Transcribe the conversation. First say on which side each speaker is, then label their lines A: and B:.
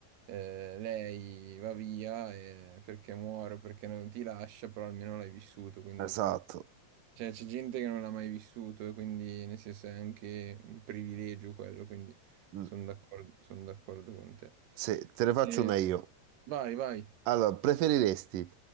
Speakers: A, on the right; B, on the right.
A: eh, lei va via eh, perché muore o perché non ti lascia, però almeno l'hai vissuto, quindi...
B: esatto.
A: Cioè, c'è gente che non l'ha mai vissuto, e quindi nel senso è anche un privilegio quello, quindi
B: Mm.
A: sono d'accordo, sono d'accordo con te.
B: Se te ne faccio
A: Eh,
B: una io.
A: vai, vai.
B: Allora, preferiresti